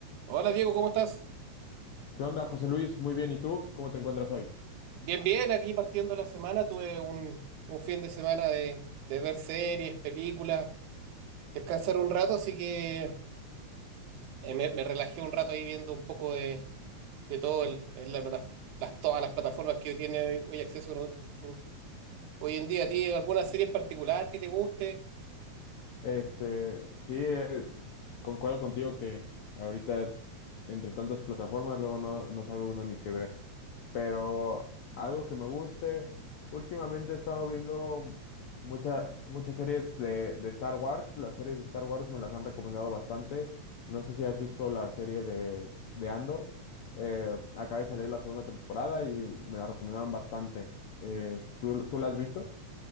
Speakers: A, on the right; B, on the left.
A: Hola Diego, ¿cómo estás?
B: ¿Qué onda, José Luis? Muy bien, ¿y tú? ¿Cómo te encuentras hoy?
A: Bien, bien, aquí partiendo la semana, tuve un, un fin de semana de, de ver series, películas, descansar un rato, así que eh, me, me relajé un rato ahí viendo un poco de, de todo el, en la plata- las, todas las plataformas que tiene hoy, hoy acceso uno- un- hoy en día. ¿A ti alguna serie en particular que te guste?
B: Este, sí, eh, concuerdo contigo que ahorita entre tantas plataformas luego no, no sabe uno ni qué ver. Pero algo que me guste, últimamente he estado viendo mucha- muchas series de, de Star Wars. Las series de Star Wars me las han recomendado bastante. No sé si has visto la serie de, de Andor. Eh, acaba de salir la segunda temporada y me la recomendaron bastante. Eh, ¿tú, tú la has visto?